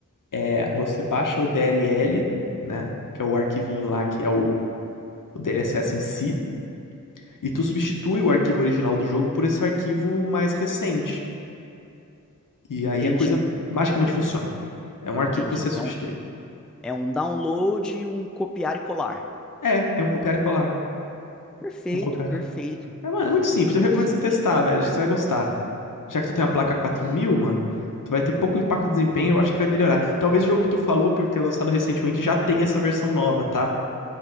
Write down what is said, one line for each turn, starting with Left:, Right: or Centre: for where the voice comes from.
Left: É você baixa o DLL, né? Que é o arquivinho lá, que é o, o DLSS em si. E tu substitui o arquivo original do jogo por esse arquivo mais recente. E
Centre: Entendi,
Left: aí a coisa magicamente funciona. É um arquivo
Centre: entendi.
Left: que você
Centre: Então,
Left: substitui.
Centre: é um download e um copiar e colar.
Left: É, é um copiar e colar.
Centre: Perfeito,
Left: Um copiar
Centre: perfeito.
Left: e colar. É, mano, é muito simples.
Centre: Interessante.
Left: Eu recomendo você testar, velho. Acho que você vai gostar. Já que tu tem uma placa 4000, mano, tu vai ter pouco impacto de desempenho, eu acho que vai melhorar. Talvez o jogo que tu falou por ter lançado recentemente já tenha essa versão nova, tá?